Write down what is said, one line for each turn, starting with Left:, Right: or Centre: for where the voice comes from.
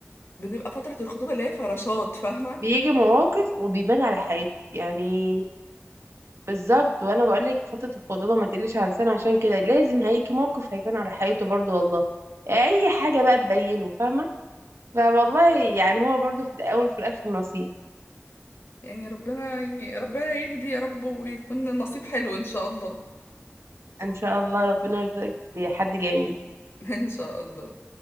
Left: بنبقى فترة الخطوبة اللي هي فراشات فاهمة
Right: بيجي مواقف وبيبان على حياته يعني بالظبط وانا بقول لك فتره الخطوبه ما تقلش عن سنه عشان كده لازم هيجي موقف هيبان على حياته برضه والله اي حاجه بقى تبينه فاهمه فوالله يعني هو برضه في الاول وفي الاخر نصيب
Left: يعني ربنا يعني ربنا يهدي يا رب ويكون النصيب حلو ان شاء الله
Right: ان شاء الله ربنا يرزقك بحد جميل
Left: <laughs> ان شاء الله